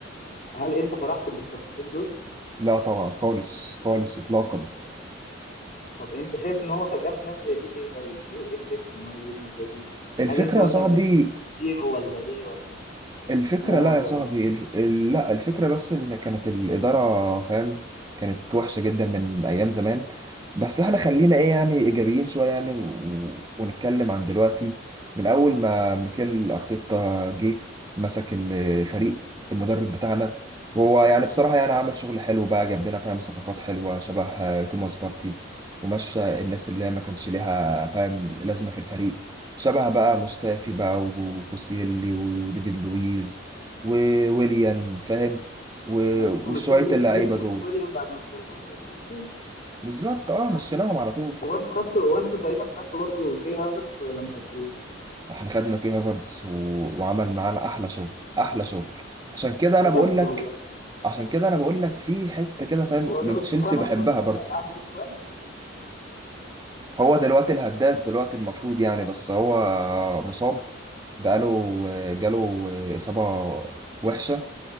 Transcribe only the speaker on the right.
لا طبعا خالص خالص اطلاقا
الفكره
يا
صاحبي
الفكرة
لا يا
صاحبي الف... ال- لا الفكرة بس إن كانت الإدارة فاهم كانت وحشة جدا من أيام زمان بس إحنا خلينا إيه يعني إيجابيين شوية يعني و... ونتكلم عن دلوقتي من أول ما ميكيل أرتيتا جه مسك الفريق المدرب بتاعنا هو يعني بصراحة يعني عمل شغل حلو بقى جاب لنا فاهم صفقات حلوة شبه آه، توماس بارتي ومشى الناس اللي هي ما كانش ليها فاهم لازمة في الفريق شبه بقى مستافي بقى وبوسيلي وديفيد لويز وويليان فاهم و-
وشوية
اللعيبة
دول
بالظبط اه مشيناهم على طول
احنا خدنا كي هافرتس و... وعمل معانا احلى شغل احلى شغل عشان كده
انا بقول لك
عشان كده انا بقول لك في حتة كده فاهم
من
تشيلسي
بحبها
برضه
هو دلوقتي الهداف دلوقتي المفروض يعني بس هو مصاب بقاله جاله إصابة وحشة